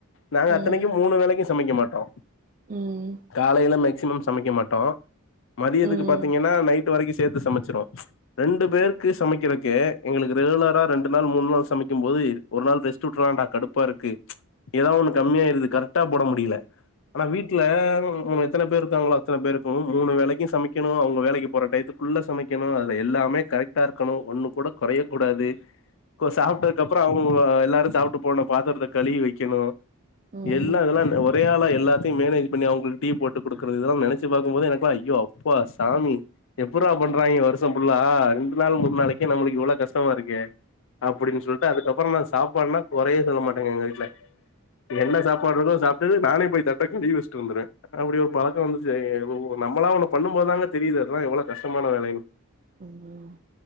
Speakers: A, on the left; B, on the right.
A: நாங்க
B: ம்
A: அத்தனைக்கு
B: ம்
A: மூணு வேளைக்கு சமைக்க மாட்டோ
B: ம்
A: காலைல மேக்சிமம் சமைக்க மாட்டோ மதியத்துக்கு
B: ம்
A: பாத்தீங்க னா நைட் வரைக்கு சேத்து சமைச்சிருவோ ரெண்டு பேருக்கு சமைக்கிறக்கு எங்களுக் ரெகுலரா ரெண்டு நாள் மூணு நாள் சமைக்கும் போது ஒரு நாள் ரெஸ்ட் வுட்ரலான்டா கடுப்பா இருக்கு எதாவ் ஒன்னு கம்மியாயிருது கரெக்டா போட முடியல ஆனா வீட்ல <unintelligible> எத்தன பேர்ருக்காங்களோ அத்தன பேர்க்கு மூணு வேளைக்கு சமைக்கணு அவங்க வேலைக்கு போற டைத்துக்குள்ள சமைக்கணு அதுல எல்லாமே கரெக் ட்டா இருக்கணு ஒன்னு கூட கொறைய கூடாது கொ சாப்ட்டதுக்கு அப்றோ அவங்கவ்ங்க எல்லாரு சாப்ட்டு போன பாத்தரத்த கழுவி வைக்கணு
B: ம் ம்
A: எல்லா
B: ம் ம்
A: இதுலா இந்த ஒ ரே ஆளா எல்லாத்தையு மேனேஜ் பண்ணி அவங்களுக்கு டீ போட்டு குடுக்குறது இதெல்லா நெனைச்சு பாக்கும்போது எனக்குலா ஐயோ அப்பா சாமி எப்புறா பண்றாங்கே வருஷம் ஃபுல்லா ரண்டு நாள் மூண் நாளைக்கே நமளுக்கு இவ்ளோ கஷ் ஷ்டமா இருக்கே அப்டின் சொல்ட்டு அதுக்கப்றோ நா சாப்பாடுனா கொறையே சொல்ல மாட்டேங்க எங்க வீட்ல என்ன சாப்பாடுருக்கோ சாப்ட்டுது நானே போய் தட்ட கழுவி வச்சிட்டு வந்துருவ அப்டி ஒரு பழக்கோ வந்துச்சு ஒ ஒ நம்மளா ஒன்னு பண்ணும் போதாங்க தெரியுது அதுலா எவ்வளோ கஷ்டமான வேலைன்னு
B: ம் ம்